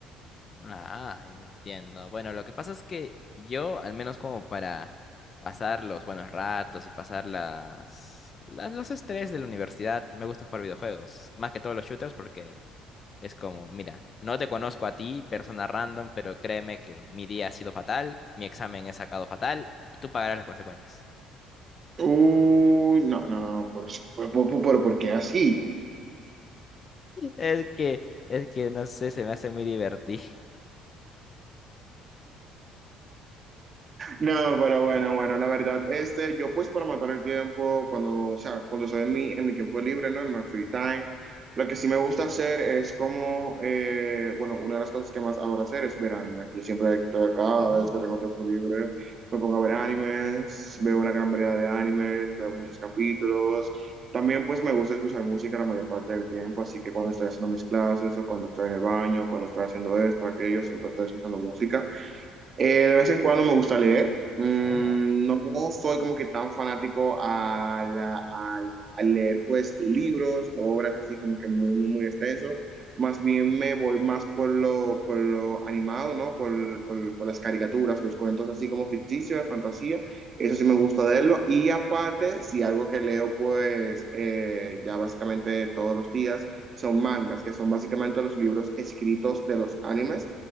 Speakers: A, on the left; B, on the right.
A: Ah, entiendo. Bueno, lo que pasa es que yo, al menos como para pasar los buenos ratos y pasar las, las- los estrés de la universidad, me gusta jugar videojuegos. Más que todos los shooters porque es como, mira, no te conozco a ti, persona random, pero créeme que mi día ha sido fatal, mi examen he sacado fatal y tú pagarás las consecuencias.
B: Uy, no, no, no, por, por, por- por- ¿por qué así?
A: Es que, es que no sé, se me hace muy divertido.
B: No, pero bueno, bueno, la verdad, este, yo pues para matar el tiempo, cuando, o sea, cuando estoy en mi, en mi tiempo libre, ¿no? En mi free time, lo que sí me gusta hacer es como, eh, bueno, una de las cosas que más adoro hacer es ver animes. Yo siempre, to- cada
A: Uh,
B: vez que tengo tiempo libre, me pongo a ver animes, veo una gran variedad de animes, veo muchos capítulos. También pues me gusta escuchar música la mayor parte del tiempo, así que cuando estoy haciendo mis clases o cuando estoy en el baño, cuando estoy haciendo esto, aquello, siempre estoy escuchando música. Eh, de vez en cuando me gusta leer. Mm,
A: oh,
B: no soy como que tan fanático a, la- al- al leer pues libros, obras así como que muy, muy, muy extenso. Más bien me voy más por lo, por lo animado, ¿no? Por, por, por las caricaturas, los cuentos así como ficticios, de fantasía. Eso sí me gusta leerlo. Y aparte, si algo que leo pues eh, ya básicamente todos los días son mangas, que son básicamente los libros escritos de los animes